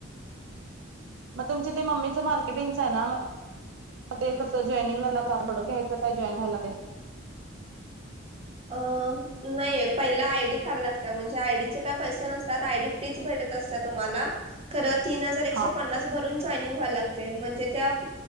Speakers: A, on the right; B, on the right.
A: मग तुम ते मम्मीच मार्केटिंगच आहे ना ते कस जॉईनंगला लाग आप ह्यायच काय जॉईन व्हायला ते
B: अ नाही पहिला आयडी काड लागत म्हणजे आयडीचे काय पैसे नसतात आयडी फ्रीच भेट असत्या तुम्हाला खरं तीन हजार एकशे
A: हा
B: पन्नास भरून जॉनिंग व्हायला लागते म्हणजे त्या